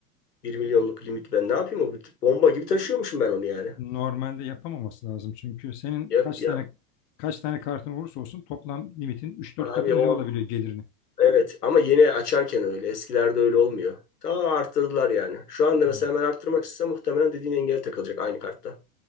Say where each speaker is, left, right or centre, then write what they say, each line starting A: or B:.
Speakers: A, on the left; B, on the left.
A: bir milyonluk limit ben ne yapayım o bir- bomba gibi taşıyormuşum ben onu yani.
B: normalde yapamaması lazım. Çünkü senin
A: Yap
B: kaç
A: ya
B: tane kaç tane kartın olursa olsun toplam limitin üç dört
A: abi
B: katı mı
A: o
B: ne olabiliyor gelirini?
A: evet ama yeni açarken öyle eskilerde öyle olmuyor. Ta arttırdılar yani. Şu anda
B: Hmm.
A: mesela ben arttırmak istesem muhtemelen dediğin engel takılacak aynı kartta.